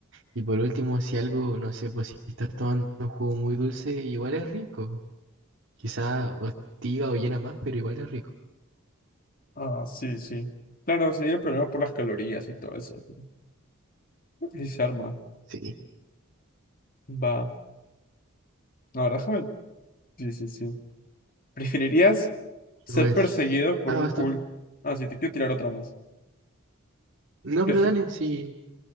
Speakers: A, on the right (about 65°); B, on the left (about 45°).
A: Y por último, si algo, no sé, pues si estás tomando un jugo muy dulce, igual es rico. Quizá hostiga o llena más, pero igual es rico.
B: Ah, sí, sí. Claro, sería el problema por las calorías y todo eso. ¿no? Creo que sí se arma.
A: Sí.
B: Va. No, Ahora déjame. Sí, sí, sí. ¿Preferirías ser
A: Y Pues,
B: perseguido por
A: ah,
B: un
A: vas tú.
B: culto? Ah, sí, te quiero tirar otra más.
A: No,
B: Prefi-
A: pero dale, sí,